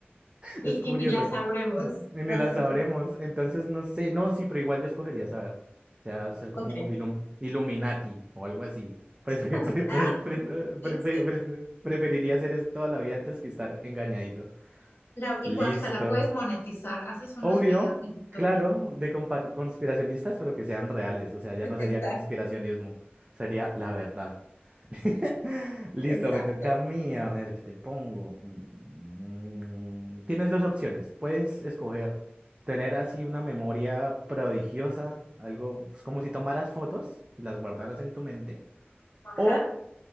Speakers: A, on the right (about 25°); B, on the left (about 75°).
A: <laughs>
B: Y,
A: es curioso.
B: y ni la sabremos.
A: En
B: Así
A: el la sabremos.
B: que,
A: Entonces, no sé. No, sí, pero igual yo escogería saber. O sea, ser como
B: ok.
A: ilum- Illuminati o algo así. Prefe-
B: Pues,
A: pre-
B: Ah,
A: <laughs> pre-
B: sí, sí.
A: pre- pre- preferiría hacer eso toda la vida antes que estar engañadito.
B: La- y
A: Listo.
B: pues hasta la puedes monetizar, haces unos
A: Obvio,
B: videos en YouTube.
A: claro, de compa- conspiracionistas, pero que sean reales. O sea,
B: <laughs>
A: ya no
B: Exacto,
A: sería conspiracionismo, sería la verdad. <laughs> Listo,
B: exacto.
A: me toca a mí. A ver, ¿qué te pongo? Mm, Tienes dos opciones. Puedes escoger tener así una memoria prodigiosa, algo pues, como si tomaras fotos y las guardaras en tu mente,
B: Ajá.
A: o